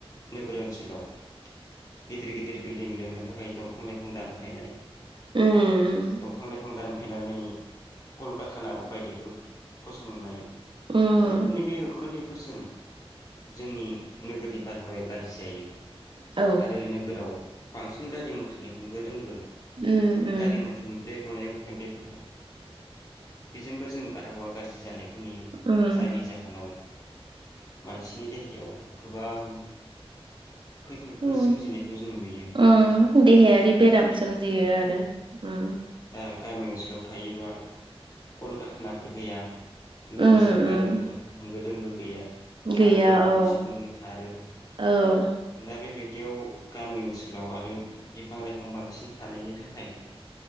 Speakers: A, on the left; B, on the right.
A: नोगोर ओनसोलाव गिदिर गिदिर बिल्डिं लोनो थाखाय दंफां लाइफां दानफायनाय।
B: उम
A: दंफां लाइफां दान फायनानै कलकारखाना बायदिफोर फसंनाय
B: उम
A: बेफोरनि बे ओखोनदै फोरजों जोंनि नोगोरनि बारहावाया गारजि जायो
B: औ
A: आरो नोगोराव बांसि सिन गारि मथरनि हों गो दोंगो
B: उम
A: बे
B: उम
A: गारि मथरनिफ्राय गनाय उखुनदैफोरा बेजोंबो जों बारहावा गारजि जानाय फोरनि
B: उम
A: जायनि जाहोनाव मानसिनि देहायाव गोबां खैफोदफोर
B: उम
A: सोमजिनायखौ जों नुयो।
B: उम देहायारि बेराम सोमजियो आरो उम
A: दा गामि ओनसोलाव थायोबा कलकारखानाफोर गैया लोगोसेनो
B: उम
A: गारि
B: उम
A: मथर होंगो दोंगो गैया। खारोबा
B: गैया औ
A: गंसे गंनै खारो।
B: औ
A: दा बेबाय दियाव गामि ओनसोलाव आरो बिफां लाइफां बांसिन था थानायनि थाखाय